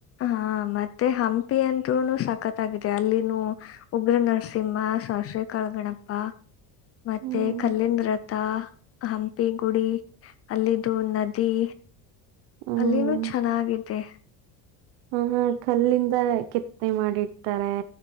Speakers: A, on the left; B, on the right.
A: ಹಾ ಮತ್ತೆ ಹಂಪಿ ಅಂದೂ ಸಖತ್ ಗಿದೆ ಅಲ್ಲಿನ ಉಗ್ರ ನರಸಿಂಹ ಸಶ್ರೀ ಕಳಗಣಪ್ಪ ಮತ್ತೆ
B: ಹ್ಮ್,
A: ಖಲ್ಲಿಂದ ರಥ ಹಂಪಿ ಗುಡಿ ಅಲ್ಲಿದ್ದು ನದಿ
B: ಹ್ಮ್.
A: ಅಲ್ಲಿನೂ ಚೆನ್ನಾಗಿದೆ
B: ಹಾ ಹಾ ಕಲ್ಲಿಂದ ಕೆತ್ತನೆ ಮಾಡಿಡ್ತಾರೆ